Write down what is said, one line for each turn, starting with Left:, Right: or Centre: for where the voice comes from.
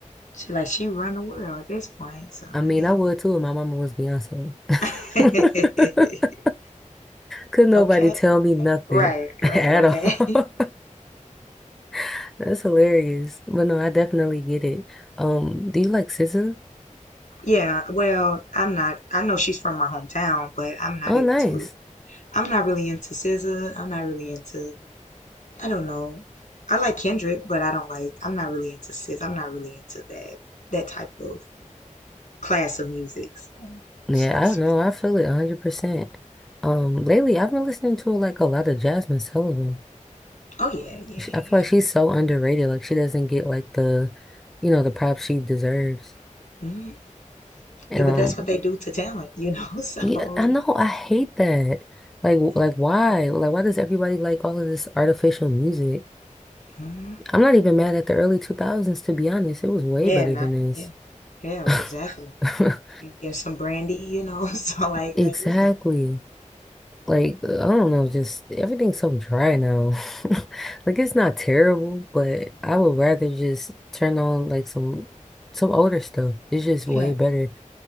Left: she like she run the world at this point. So,
Centre: I mean,
Left: yeah.
Centre: I would too if my mama was Beyonce.
Left: <laughs>
Centre: <laughs> Could nobody
Left: Okay.
Centre: tell me nothing
Left: Right,
Centre: <laughs> at
Left: right, okay.
Centre: all?
Left: <laughs>
Centre: <laughs> That's hilarious. But no, I definitely get it. Um, do you like SZA?
Left: Yeah, well, I'm not. I know she's from my hometown, but I'm not
Centre: Oh,
Left: into.
Centre: nice.
Left: I'm not really into SZA. I'm not really into. I don't know. I like Kendrick, but I don't like. I'm not really into SZA. I'm not really into that that type of class of music, so,
Centre: Yeah,
Left: so to
Centre: I
Left: speak.
Centre: don't know. I feel it 100%. Um, lately I've been listening to like a lot of Jasmine Sullivan.
Left: Oh yeah, yeah,
Centre: She,
Left: yeah.
Centre: I feel like she's so underrated. Like she doesn't get like the, you know, the props she deserves.
Left: hmm
Centre: Um,
Left: Yeah, but that's what they do to talent, you know. <laughs> So
Centre: yeah, I know. I hate that. Like, w-
Left: yeah,
Centre: like why? Like, why does everybody like all of this artificial music?
Left: hmm
Centre: I'm not even mad at the early 2000s, to be honest. It was way
Left: yeah,
Centre: better
Left: not
Centre: than this.
Left: yeah, yeah,
Centre: <laughs>
Left: exactly. You get some brandy, you know. <laughs> So like,
Centre: Exactly.
Left: like really,
Centre: Like, I don't know, just everything's so dry now. <laughs> Like, it's not terrible, but I would rather just turn on like some some older stuff. It's just way
Left: yeah.
Centre: better.